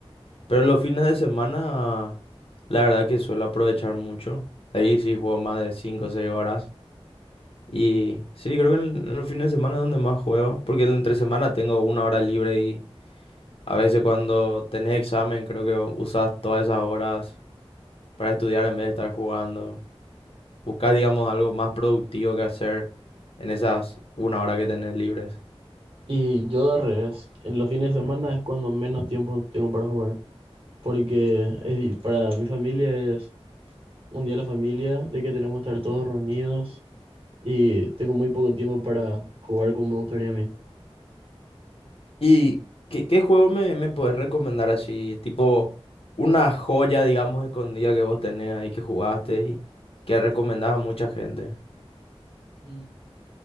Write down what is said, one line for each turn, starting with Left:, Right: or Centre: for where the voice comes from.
Left: Pero los fines de semana, la verdad que suelo aprovechar mucho. Ahí sí juego más de cinco o seis horas. Y sí, creo que en, en los fines de semana es donde más juego, porque en entre semana tengo una hora libre y a veces cuando tenés examen creo que usas todas esas horas para estudiar en vez de estar jugando. Buscar, digamos, algo más productivo que hacer en esas una hora que tenés libres.
Right: Y yo al revés, en los fines de semana es cuando menos tiempo tengo para jugar. porque es, di- para mi familia es un día de la familia, de que tenemos que estar todos reunidos y tengo muy poco tiempo para jugar como me gustaría a mí.
Left: ¿Y qué, qué juego me, me podés recomendar así? Tipo, una joya, digamos, escondida que vos tenés ahí que jugaste y que recomendás a mucha gente.
Right: Y